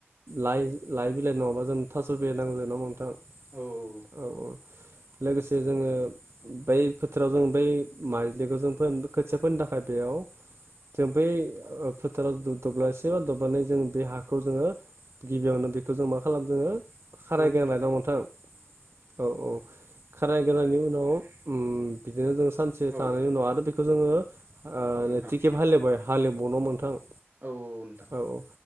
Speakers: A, on the right; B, on the right.
A: लाइ लाइ बिलाइ नङाबा जोंनो थास' बिलाइ नांगौ जायो नङा होमबा नोंथां?
B: औ।
A: औ औ लोगोसे जोङो बै फोथाराव जों बै माइज्लिखौ जों फोनो खोथिया फोनो थाखाय बेयाव जों बै ओ फोथाराव द-दब्लसे बा दब्लायनै जों बे हाखौ जोङो गिबियावनो बेखौ जों मा खालामो जोङो खारायग्रोना
B: औ
A: लायो नङा होनबा नोंथां? औ औ खाराय ग्रोनायनि उनाव ओ बिदिनो जों सानसे
B: औ
A: थांनायनि उनाव आरो बे बेखौ जोङो ओ
B: औ नोंथां
A: नैथि खेब हालेवबाय हालेवबावो नङा होनबा नोंथां?
B: औ औ नोंथां।
A: औ औ